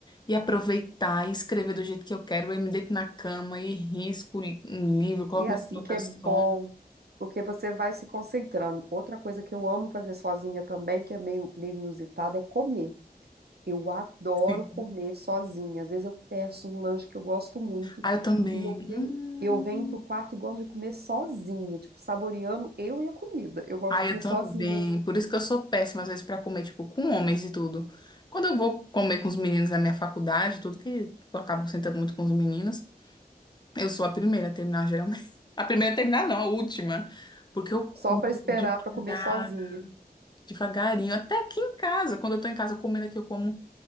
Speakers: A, on the left; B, on the right.
A: e aproveitar e escrever do jeito que eu quero. Eu me deito na cama e risco um livro, coloco
B: E é
A: minhas
B: assim
A: anotações.
B: que é bom, porque você vai se concentrando. Outra coisa que eu amo fazer sozinha também, que é meio, meio inusitada, é comer. Eu adoro
A: Sim.
B: comer sozinha. Às vezes eu peço um lanche que eu gosto muito
A: Ah, eu também.
B: e eu venho,
A: Hum.
B: eu venho pro quarto e gosto de comer sozinha, tipo, saboreando eu e a comida. Eu gosto
A: Ai,
B: de comer
A: eu também.
B: sozinha,
A: Por isso que eu sou péssima, às vezes, pra comer, tipo, com homens e tudo. Quando eu vou comer com os meninos da minha faculdade, tudo que eu acabo sentando muito com os meninos, eu sou a primeira a terminar, geralmente. <laughs> A primeira a terminar, não, a última. Porque eu como
B: só para esperar
A: devagar,
B: para comer sozinha,
A: devagarinho. Até aqui em casa, quando eu tô em casa comendo aqui, eu como.